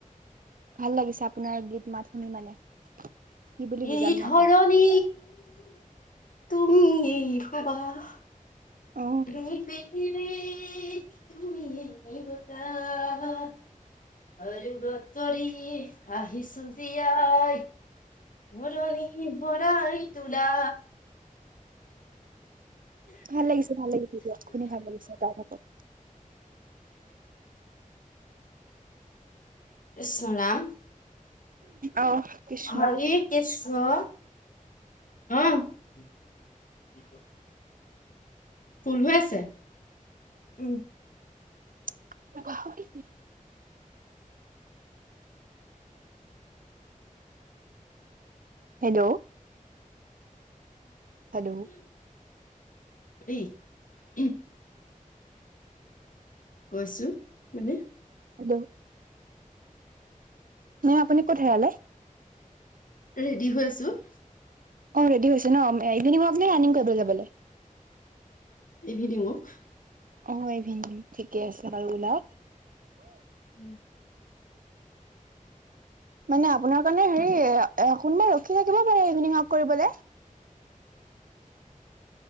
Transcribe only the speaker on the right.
ভাল লাগিছে আপোনাৰ গীত মাত শুনি মানে। কি বুলি
বুজাম ন
আপোনাক
অ
ভাল লাগিছে, ভাল লাগিছে, দিয়ক শুনি ভাল লাগিছে, আৰু গাই থাকক।
অ কৃষ্ণ
<unintelligible> হেল্ল'। হেল্ল'।
হেল্ল। মে আপুনি ক'ত হেৰালে?
অ', ৰেডি হৈছে ন? ইভিনিং ৱৰ্ক নে ৰানিং কৰিবলৈ যাব।
অ', ইভিন ঠিকে আছে বাৰু ওলাওক।
মানে আপোনাৰ কাৰণে হেৰি কোনবা ৰখি থাকিব পাৰে ইভিনিং ৱাক কৰিবলে।